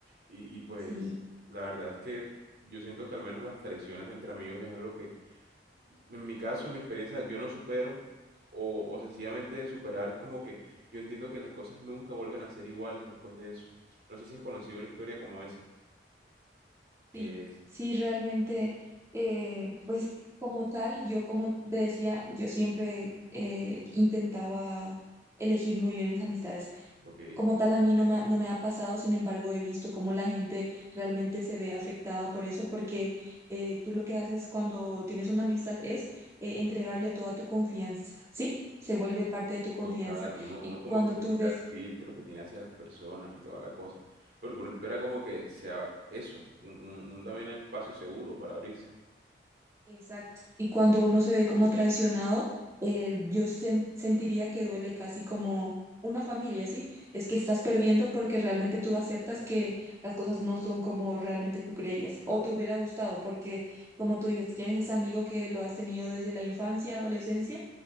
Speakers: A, on the right; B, on the right.
A: Y, y pues
B: Sí,
A: la verdad es que yo siento que al menos las traiciones entre amigos es algo que en mi caso, en mi experiencia, yo no supero o, o sencillamente de superar es como que yo entiendo que las cosas nunca vuelven a ser iguales después de eso. No sé si has conocido una historia como esa. Es,
B: sí, sí, realmente, eh, pues como tal, yo como te decía, yo siempre eh, intentaba elegir muy bien mis amistades.
A: ok,
B: Como tal, a mí no me, ha- no me ha pasado, sin embargo, he visto cómo la gente realmente se ve afectada por eso, porque eh, tú lo que haces cuando tienes una amistad es eh, entregarle toda tu confianza, ¿sí? Se vuelve parte de tu confianza.
A: total, uno, uno
B: Y
A: como
B: cuando
A: que se
B: tú
A: quita
B: ves
A: el filtro que tiene hacia las personas y toda la cosa, porque uno espera como que sea eso, un, un, un también espacio seguro para abrirse.
B: Exacto. Y cuando uno se ve como traicionado, eh, yo sen- sentiría que duele casi como una familia, ¿sí? Es que estás perdiendo porque realmente tú aceptas que las cosas no son como realmente tú creías o te hubiera gustado, porque como tú dices, tienes ese amigo que lo has tenido desde la infancia, adolescencia,